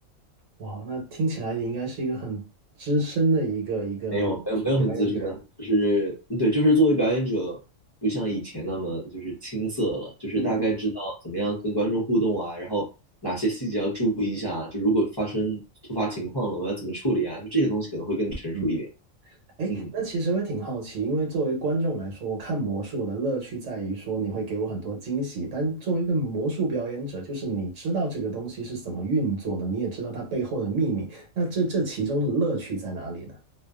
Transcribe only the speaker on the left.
没有，没有，没有很资深，就是对，就是作为表演者，不像以前那么就是青涩了，就是大概知道怎么样跟观众互动啊，
然后哪些细节要注意一下啊，就如果发生突发情况了，我要怎么处理啊，就这些东西可能会更成熟一点。
嗯。